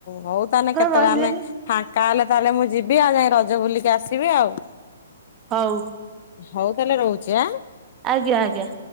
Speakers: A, on the left (about 50°); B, on the right (about 20°).
A: ହଉ ତାନେ କେତେଳେ
B: ରହିଲେନି
A: ଆମେ ଫାଙ୍କା ହେଲେ ତାହେଲେ ମୁଁ ଯିବି ଆଉ ଯାଇ ରଜ ବୁଲିକି ଆସିବି ଆଉ।
B: ହଉ।
A: ହଉ ତାହେଲେ ରହୁଚି ଆଁ।
B: ଆଜ୍ଞା ଆଜ୍ଞା।